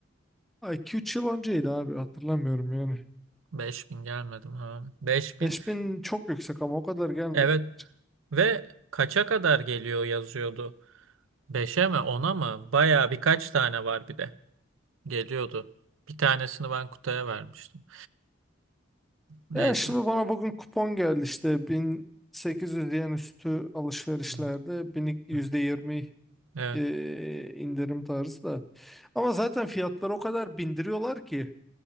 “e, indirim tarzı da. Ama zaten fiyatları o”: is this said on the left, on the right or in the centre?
Centre